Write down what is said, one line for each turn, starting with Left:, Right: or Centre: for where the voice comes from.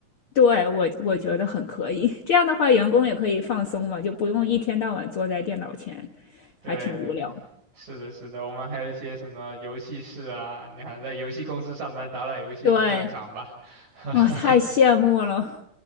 Left: 对，我我觉得很可以。这样的话，员工也可以放松嘛，就不用一天到晚坐在电脑前，
Right: 对对，
Left: 还挺无聊。
Right: 是的，是的，我们还有一些什么游戏室啊，你看，在游戏公司上班，打打游戏很正常吧？
Left: 对，
Right: <laughs>
Left: 哇，太羡慕了。